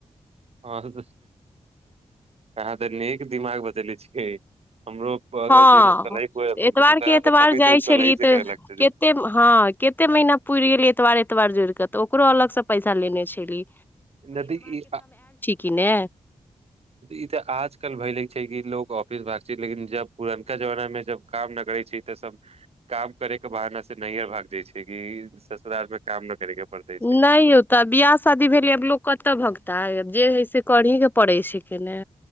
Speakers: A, on the right (about 55°); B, on the left (about 15°).
A: हँ अहाँ तऽ नेीक दिमाग बदले छियै हमरो अगर
B: हँ
A: जन कलहि कोइ हुनका
B: एतबारके एतबार
A: बतेबै
B: जाइ
A: तऽ ओ कलहि
B: छलियै
A: से
B: तऽ
A: करे लगते
B: कते हँ कते महीना पुरि गेलै एतबार एतबार जोड़ि कऽ तऽ ओकरो अलग से पैसा लेने छलीै
A: नदी ई
B: कि ने
A: ई तऽ आजकल भय ल छै कि लोग ऑफिस भाग छै लेकिन जब पुरनका जमाना में जब काम न करे छै तऽ सब काम करे के बहाना से नैहर भाग जाय छै कि ससुराल में काम न करे के पड़ते छै
B: नहि होता बियाह शादी भेल लोक कतऽ भगता हब जे हय से करही के पड़ै छै के ने